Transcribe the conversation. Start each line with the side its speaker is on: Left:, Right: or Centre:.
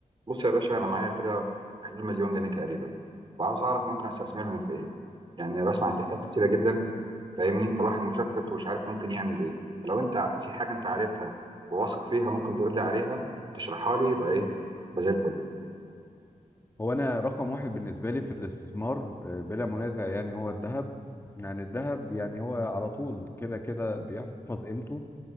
Right: بص يا باشا انا معايا كده في حدود مليون جنيه تقريبا وعاوز اعرف ممكن استثمرهم في ايه يعني بسمع عن حاجات كتيره جدا فاهمني فالواحد مشتت ومش عارف ممكن يعمل ايه فلو انت ع- في حاجه انت عارفها وواثق فيها ممكن تقول لي عليها تشرحها لي يبقى ايه يبقى زي الفل
Left: هو انا رقم واحد بالنسبه لي في الاستثمار آه، بلا منازع يعني هو الذهب يعني الذهب يعني هو على طول كده كده بيحفظ قيمته